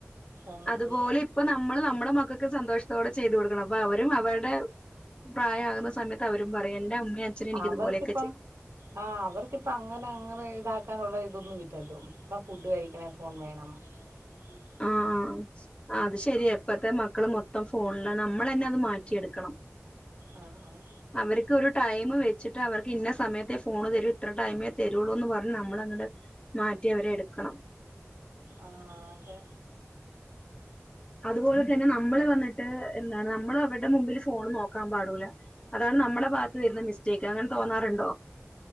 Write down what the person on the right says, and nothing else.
ആഹ്
അവർക്കിപ്പം
ആഹ് അവർക്കിപ്പ അങ്ങനെ അങ്ങനെ ഇതാക്കാനുള്ള ഇതൊന്നും ഇലാല്ലോ ഇപ്പൊ ഫുഡ് കഴിക്കണേ ഫോൺ വേണം ഉ
ആഹ് ആഹ്
ആഹ് അതെ